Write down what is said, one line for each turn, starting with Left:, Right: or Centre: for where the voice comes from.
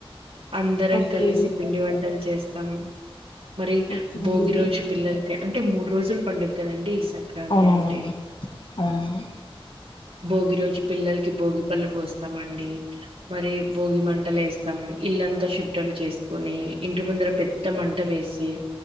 Right: అందరం
Left: ఓకే
Right: కలిసి పిండి వంటలు చేస్తం. మరి
Left: ఓకే
Right: భోగి
Left: అండి
Right: రోజు పిల్లలకి, అంటే మూడు రోజులు పండు కదండి సంక్రాంతి
Left: అవునవునండి
Right: అంటే.
Left: అవునవును
Right: భోగి రోజు పిల్లలకి భోగి పళ్ళు పోస్తమండి మరి భోగి మంటలు ఏస్తాం. ఇల్లంతా శుభ్రం చేసుకొని ఇంటి ముందర పెద్ద మంట వేసి